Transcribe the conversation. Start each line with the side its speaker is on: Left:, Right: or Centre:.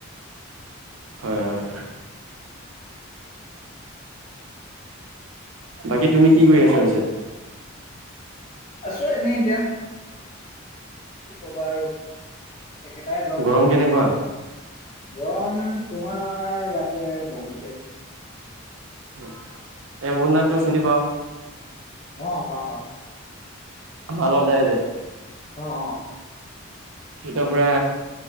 Right: হয় হয়। বাকী তুমি কি কৰি আছা পিছে?
Left: আছোঁ এনেই এতিয়া। কি কবা আৰু একেটাই জৱ।
Right: গৰম কেনেকুৱা
Left: গম তোমাৰ ইয়াতে বহুত <unintelligible>
Right: এই মোৰ নাকটো চিনি পাওঁ।
Left: অ', পাওঁ, পাওঁ।
Right: ভাল যায় যে
Left: অ', অ'।
Right: সি ট পুৰা